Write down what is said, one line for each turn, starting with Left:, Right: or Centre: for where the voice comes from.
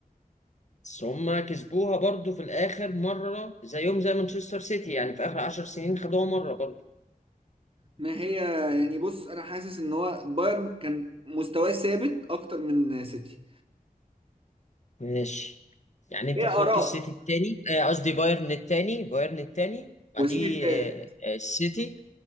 Left: بس هما كسبوها برضو في الاخر مره زيهم زي مانشستر سيتي يعني في اخر 10 سنين خدوها مره برضو
Right: ما هي يعني بص انا حاسس ان هو بايرن كان مستواه ثابت اكتر من سيتي
Left: ماشي يعني انت
Right: هي
Left: تحط
Right: اراء
Left: السيتي التاني آه، قصدي بايرن التاني بايرن التاني بعديه
Right: والسيتي الثالث
Left: آه، آه، السيتي